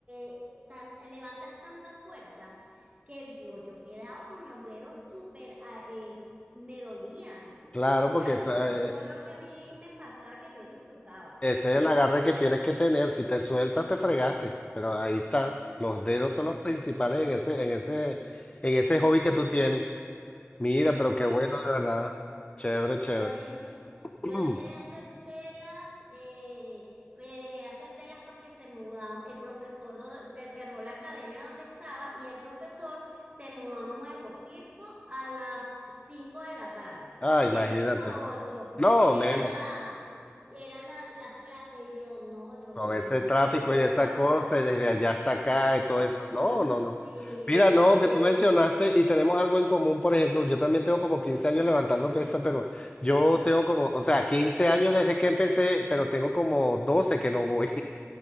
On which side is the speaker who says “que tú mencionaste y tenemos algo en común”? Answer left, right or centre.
Left